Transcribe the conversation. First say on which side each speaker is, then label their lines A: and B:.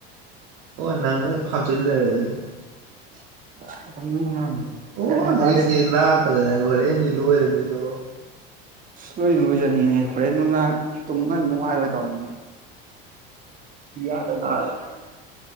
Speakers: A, on the right; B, on the right.
A: ꯑꯣ ꯅꯪꯁꯨ ꯊꯥꯖꯟꯂꯛꯑꯦ ꯑꯗꯨꯗꯤ
B: <unintelligible>
A: ꯑꯣ
B: ꯃꯦꯟ
A: ꯅꯣꯏꯆꯦ
B: ꯇꯥꯗꯦ
A: ꯂꯥꯛꯀꯗꯅ ꯂꯣꯏꯔꯦꯅꯤ ꯂꯣꯏꯔꯅꯤꯗꯣ
B: ꯑꯁ ꯂꯣꯏ ꯂꯣꯏꯖꯅꯤꯡꯅꯦ ꯍꯣꯔꯦꯟ ꯅꯨꯡꯗꯥꯥꯡ ꯇꯨꯝ ꯉ ꯅꯨꯡꯉꯥꯏꯔꯣꯏ ꯇꯧꯔꯅꯦ ꯒ꯭ꯌꯥꯟ ꯒ ꯇꯥꯗ꯭ꯔꯦ